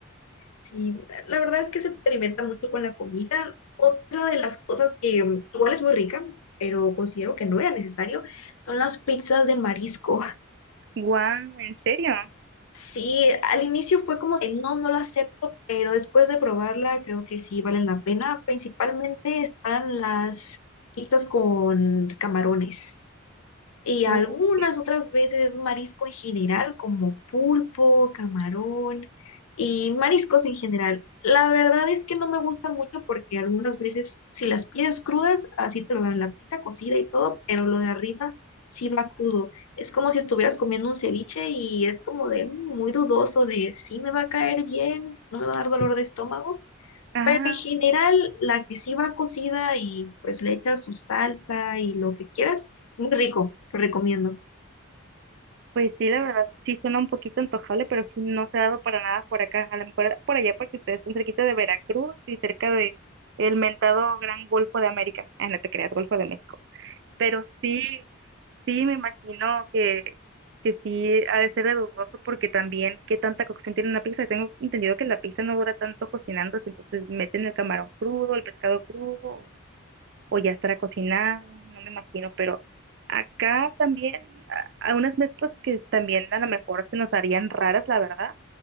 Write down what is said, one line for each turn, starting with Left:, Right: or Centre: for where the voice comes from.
Left: Sí, la verdad es que se experimenta mucho con la comida. Otra de las cosas que mm, igual es muy rica, pero considero que no era necesario, son las pizzas de marisco.
Right: Guau, ¿en serio?
Left: Sí, al inicio fue como que no, no lo acepto, pero después de probarla creo que sí valen la pena. Principalmente están las pizzas con camarones. Y
Right: Ok.
Left: algunas otras veces es marisco en general, como pulpo, camarón y mariscos en general. La verdad es que no me gusta mucho porque algunas veces si las pides crudas, así te lo dan la pizza cocida y todo, pero lo de arriba sí va crudo. Es como si estuvieras comiendo un ceviche y es como de "Mm, muy dudoso de si me va a caer bien, no me va a dar dolor de estómago.
Right: Ah,
Left: Pero en general,
Right: ok.
Left: la que sí va cocida y pues le echas su salsa y lo que quieras, muy rico, lo recomiendo.
Right: Pues sí, la verdad, sí suena un poquito antojable, pero sí no se ha dado para nada por acá. A lo mejor por allá porque ustedes son cerquita de Veracruz y cerca de el mentado Gran Golfo de América. Ah, no te creas, Golfo de México. Pero sí, sí me imagino que, que sí ha de ser de dudoso porque también qué tanta cocción tiene una pizza. Tengo entendido que la pizza no dura tanto cocinándose, entonces meten el camarón crudo, el pescado crudo o ya estará cocinado, no me imagino, pero acá también a- hay unas mezclas que también a lo mejor se nos harían raras, la verdad.